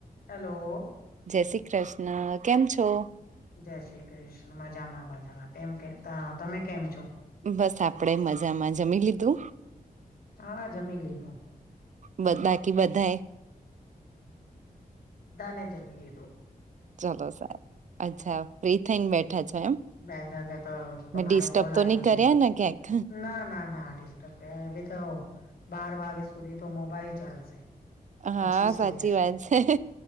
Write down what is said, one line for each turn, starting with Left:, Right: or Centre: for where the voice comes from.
Left: હેલો.
Right: જય શ્રી કૃષ્ણ કેમ છો?
Left: જય શ્રી કૃષ્ણ મજામાં મજામાં તેમ કે તમે કેમ છો.
Right: બસ આપડે મજામાં જમી લીધું.
Left: હા, જમી લીધું.
Right: બ બાકી બધા એ
Left: દાને જમી લીધો.
Right: ચલો સાહેબ અચ્છા ફ્રી થઈને બેઠા છો એમ.
Left: બે તો
Right: મેં
Left: મારો
Right: ડિસ્ટર્બ
Left: કોલ આવ્યો
Right: તો નહી કર્યા
Left: છે,
Right: ને ક્યાંક
Left: ના, ના, ના, આ એવી તો બાર વાગે સુધી તો મોબાઈલ ચાલશે.
Right: હા
Left: પછી સોઈશ
Right: સાચી વાત છે